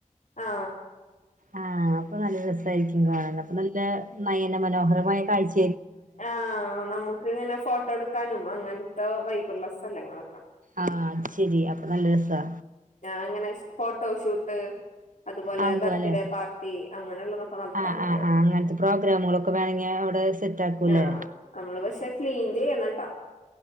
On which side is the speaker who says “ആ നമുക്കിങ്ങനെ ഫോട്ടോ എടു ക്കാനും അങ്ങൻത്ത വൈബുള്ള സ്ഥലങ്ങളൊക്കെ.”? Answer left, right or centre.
Left